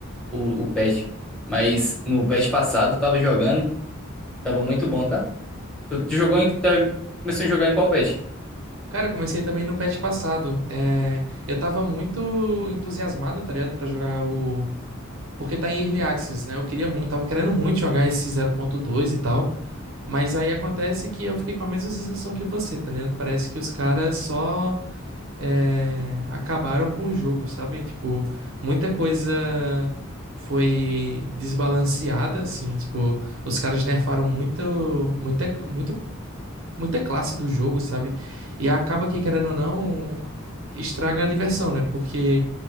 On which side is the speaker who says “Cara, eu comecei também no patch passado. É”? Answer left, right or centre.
Right